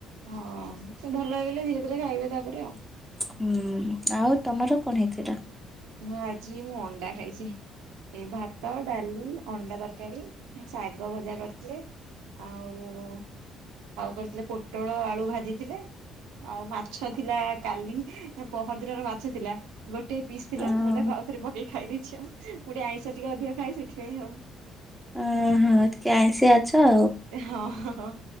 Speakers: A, on the right (about 80°); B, in the centre.
A: ହଁ ଭଲ ହେଇଗଲେ ଧୀରେ ଧୀରେ ଖାଇବେ ତାପରେ ଆଉ।
B: ହୁଁ ଆଉ ତମର କଣ ହେଇଥିଲା?
A: ମୁଁ ଆଜି ଅଣ୍ଡା ଖାଇଛି। ଏଇ ଭାତ, ଡାଲି, ଅଣ୍ଡା ତରକାରୀ। ଶାଗ ଭଜା କରିଥିଲେ ଆଉ-ଉ-ଉ-ଉ ଆଉ କରିଥିଲେ ପୋଟଳ ଆଳୁ ଭାଜିଥିଲେ ଆଉ ମାଛ ଥିଲା କାଲି ଏ ପହରଦିନରେ୍ ମାଛ ଥିଲା। ଗୋଟେ ପିସ୍ ଥିଲା
B: ଓହୋ
A: ମୁଁ ତାକୁ ଆଉଥରେ ପକେଇ ଖାଇ ଦେଇଛି ଆଉ। ମୁଁ ଆଇଁଷ ଟିକେ ଅଧିକ ଖାଏ ସେଥିପାଇଁ ଆଉ।
B: ଓହୋ ଟିକେ ଆଇଁଷିଆ ଅଛ।
A: ହଁ ହଁ